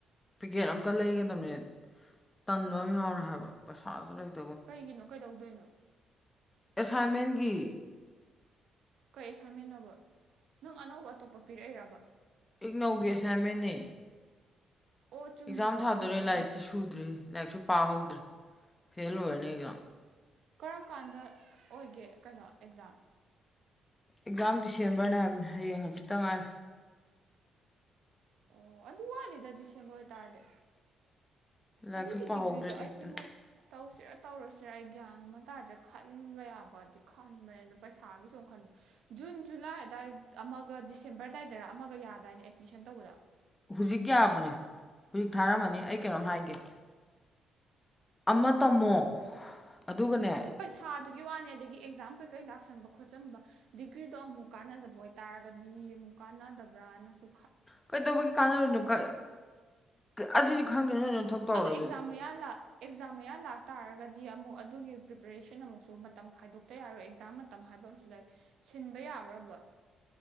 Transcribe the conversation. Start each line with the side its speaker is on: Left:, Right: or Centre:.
Left: ꯄꯤꯀꯦꯠ ꯑꯝꯇ ꯂꯩꯒꯗꯕꯅꯦ ꯇꯟꯕ ꯑꯃ ꯌꯥꯎꯔꯦ ꯍꯥꯏꯕ ꯄꯩꯁꯥꯁꯨ ꯂꯩꯇ
Right: ꯀꯩꯒꯤꯅꯣ ꯀꯩꯗꯧꯗꯣꯏꯅꯣ
Left: ꯑꯦꯁꯥꯏꯃꯦꯟꯒꯤ
Right: ꯀꯩ ꯑꯁꯥꯏꯃꯦꯟꯅꯣꯕ ꯅꯪ ꯑꯅꯧꯕ ꯑꯇꯣꯞꯄ ꯄꯤꯔꯛꯏꯔꯕ
Left: ꯏꯛꯅꯧꯒꯤ ꯑꯦꯁꯥꯏꯃꯦꯟꯅꯦ
Right: ꯑꯣ ꯆꯨꯝꯃꯤꯀꯣ
Left: ꯑꯦꯛꯖꯥꯝ ꯊꯥꯗꯣꯔꯦ
Right: ꯅꯪ ꯑꯣ
Left: ꯂꯥꯏꯔꯤꯛꯇꯤ ꯁꯨꯗ꯭ꯔꯤ ꯂꯥꯏꯔꯤꯛꯁꯨ ꯄꯥ ꯍꯧꯗ꯭ꯔꯦ ꯐꯦꯜ ꯑꯣꯏꯔꯅꯤ ꯑꯦꯛꯖꯥꯝ
Right: ꯀꯔꯝ ꯀꯥꯟꯗ ꯑꯣꯏꯒꯦ ꯀꯩꯅꯣ ꯑꯦꯛꯖꯥꯝ
Left: ꯑꯦꯛꯖꯥꯝ ꯗꯤꯁꯦꯝꯕꯔꯅꯦ ꯍꯥꯏꯕꯅꯦ ꯍꯌꯦꯡ ꯍꯥꯆꯤꯠꯇ ꯉꯥꯏꯔꯦ
Right: ꯑꯣ ꯑꯗꯨ ꯋꯥꯠꯂꯤꯗ ꯗꯤꯁꯦꯝꯕꯔ ꯑꯣꯏ ꯇꯥꯔꯗꯤ
Left: ꯂꯥꯏꯔꯤꯛꯁꯨ
Right: ꯑꯗꯨꯒꯤ
Left: ꯄꯥꯍꯧꯗ꯭ꯔꯗꯤ
Right: ꯗꯤꯒ꯭ꯔꯤꯗꯣ ꯑꯩꯁꯤꯕꯨ
Left: ꯍꯦꯛꯇ
Right: ꯇꯧꯁꯤꯔꯥ ꯇꯧꯔꯣꯏꯁꯤꯔꯥ ꯑꯩ ꯒ꯭ꯌꯥꯟ ꯑꯃ ꯇꯥꯗꯔꯦ ꯈꯟꯕ ꯌꯥꯕꯗꯤ ꯈꯟꯕꯅꯦ ꯑꯗꯨꯗ ꯄꯩꯁꯥꯒꯤꯁꯨ ꯑꯃ ꯈꯟꯕ ꯖꯨꯟ ꯖꯨꯂꯥꯏ ꯑꯗꯥꯏ ꯑꯃꯒ ꯗꯤꯁꯦꯝꯕꯔ ꯑꯗꯥꯏꯗꯔ ꯑꯃꯒ ꯌꯥꯗꯥꯏꯅ ꯑꯦꯠꯃꯤꯁꯟ ꯇꯧꯕꯗꯣ
Left: ꯍꯧꯖꯤꯛ ꯌꯥꯕꯅꯦ ꯍꯧꯖꯤꯛ ꯊꯥꯔꯝꯃꯅꯤ ꯑꯩ ꯀꯩꯅꯣꯝ ꯍꯥꯏꯒꯦ ꯑꯃ ꯇꯝꯃꯣ ꯑꯗꯨꯒꯅꯦ
Right: ꯄꯩꯁꯥꯗꯨꯒꯤ ꯋꯥꯅꯤ ꯑꯗꯒꯤ ꯑꯦꯛꯖꯥꯝ ꯀꯩꯀꯩ ꯂꯥꯛꯁꯟꯕ ꯈꯣꯠꯆꯟꯕ ꯗꯤꯒ꯭ꯔꯤꯗꯣ ꯑꯃꯨꯛ ꯀꯥꯟꯅꯗꯕ ꯑꯣꯏꯇꯥꯔꯒꯗꯤ ꯑꯃꯨꯛ ꯀꯥꯟꯅꯗꯕ꯭ꯔꯅꯁꯨ
Left: ꯀꯩꯗꯧꯕꯒꯤ ꯀꯥꯟꯅ ꯀ ꯑꯗꯨꯗꯤ ꯈꯪꯗꯗ꯭ꯔꯦ ꯅꯣꯏ‌ ꯅꯣꯏ ꯊꯣꯛ ꯇꯧꯔꯣ
Right: ꯑꯗꯣ ꯑꯦꯛꯖꯥꯝ
Left: ꯑꯗꯨꯗꯤ
Right: ꯃꯌꯥ ꯂꯥꯛ ꯑꯦꯛꯖꯥꯝ ꯃꯌꯥ ꯂꯥꯛꯇꯥꯥꯔꯒꯗꯤ ꯑꯃꯨꯛ ꯑꯗꯨꯒꯤ ꯄ꯭ꯔꯤꯄꯦꯔꯦꯁꯟ ꯑꯃꯨꯛꯁꯨ ꯃꯇꯝ ꯈꯥꯏꯗꯣꯛꯇ ꯌꯥꯔꯣꯏ ꯑꯦꯛꯖꯥꯝ ꯃ ꯇ ꯍꯥꯏꯕ ꯑꯃꯁꯨ ꯂꯩ ꯁꯤꯟꯕ ꯌꯥꯕ꯭ꯔꯕ